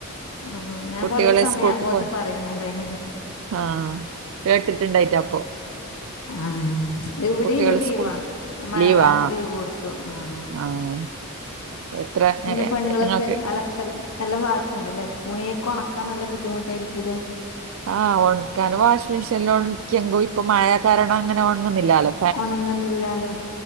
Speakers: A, on the left; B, on the right.
A: ആഹ് ഞാൻ
B: കുട്ടികളെ
A: കൊറെ സമയം
B: സ്കൂൾക്ക്
A: അങ്ങോട്ട്
B: പോയി
A: പറയുന്നുണ്ടായിന്
B: ആഹ് കേട്ടിട്ടുണ്ടായിട്ടാ അപ്പൊ
A: ആഹ് ഇവിടെ
B: കുട്ടികള്
A: ഇന്ന് ലീവാ
B: സ്കൂൾ
A: മഴ
B: ലീവാ
A: കാരണം ലീവ് കൊടു ത്തു ആഹ്
B: ആഹ് <unintelligible>
A: പിന്നെ
B: എ-
A: പണികളൊക്കെ
B: നിങ്ങൾക്ക്
A: അലക്കലും എല്ലാം ബാക്കിയുണ്ടല്ലേ തുണിയൊക്കെ ഒണക്കാൻ നല്ല ബുദ്ധിമുട്ടായിരിക്കൂല്ലേ
B: ആഹ് ആഹ് ഒണ് കാരണം വാഷിംഗ് മെഷീനിൽ ഒണക്കിയെങ്കും ഇപ്പ മഴ കാരണം അങ്ങനെ ഒണങ്ങുന്നില്ലാല്ലോ
A: ഒണങ്ങുന്നില്ലാലോ